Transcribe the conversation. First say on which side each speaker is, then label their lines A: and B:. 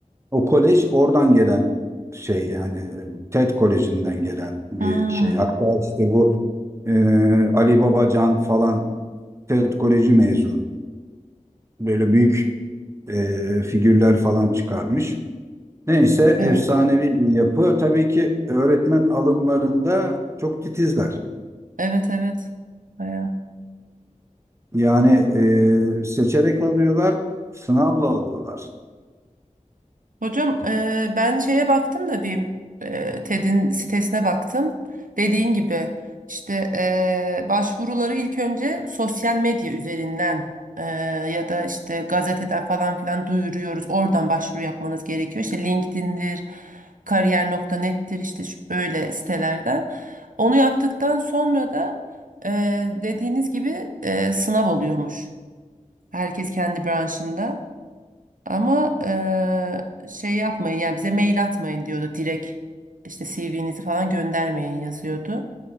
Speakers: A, on the right; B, on the right.
A: O kolej oradan gelen şey yani e, TED Koleji'nden gelen bir
B: Hmm.
A: şey. Hatta işte bu e, Ali Babacan falan TED Koleji mezunu. Böyle büyük e, figürler falan çıkarmış. Neyse
B: Evet.
A: efsanevi bir yapı. Tabii ki öğretmen alımlarında çok titizler.
B: Evet evet. Bayağı.
A: Yani e, seçerek alıyorlar, sınavla alıyorlar.
B: Hocam e, ben şeye baktım da bir e, TED'in sitesine baktım. Dediğin gibi işte e, başvuruları ilk önce sosyal medya üzerinden e, ya da işte gazeteden falan filan duyuruyoruz. Oradan başvuru yapmanız gerekiyor. İşte LinkedIn'dir, kariyer nokta net'tir işte şu böyle sitelerden. Onu yaptıktan sonra da e, dediğiniz gibi e, sınav oluyormuş. Herkes kendi branşında. Ama eee, şey yapmayın yani bize mail atmayın diyordu direkt işte CV'nizi falan göndermeyin yazıyordu.